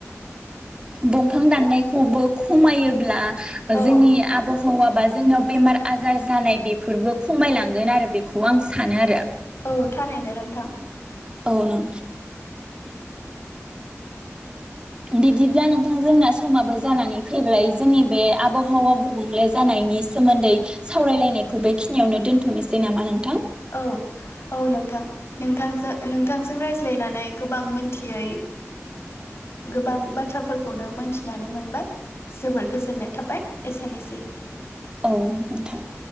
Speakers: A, on the right; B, on the left.
A: दंफां दाननाय हबोब खमायोब्ला।
B: औ
A: जोंनि आब' हौवाबा जोंनाव बेमार आजार जानाय बेफोरबो खमायलांगोन आरो बेखौ आं सानो आरो।
B: औ थारैनो नोंथां
A: औ नों बिदिब्ला नोंथां जोंना समाबो जानानै फैबाय जोंनि बे आब'हावा गुबुंले जानायनि सोमोन्दै सावरायलायनायखौ बेखिनियावनो दोनथ'नोसै नामा नोंथां?
B: औ औ नोंथां। नोंथांजो नोंथांजों रायज्लायनानै गोबां मोनथियै गोबां बाथ्राफोरखौनो मोनथिनानै मोनबाय। जोबोर गोजोननाय थाबाय एसेनोसै।
A: औ नोंथां।